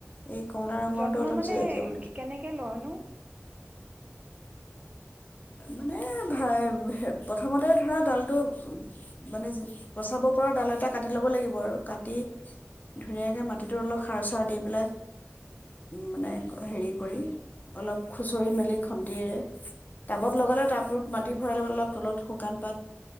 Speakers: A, on the left; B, on the right.
A: এই কমলা ৰঙৰটো
B: যত্ন
A: অলপ
B: মানে
A: জীয়া জীয়াবলৈ
B: কেনেকে লয়নো
A: মানে ভাই প্ৰথমতে ধৰা ডালটো মানে পচাব পৰা ডাল এটা কাটি ল'ব লাগিব আৰু কাটি ধুনীয়াকে মাটিটো অলপ সাৰ-চাৰ দি পেলাই, মানে হেৰি কৰি অলপ খুচৰি মেলি খন্তিৰে টাবত লগালে টাবটোত মাটি ভৰাই ল'বলৈ অলপ তলত শুকান পাত,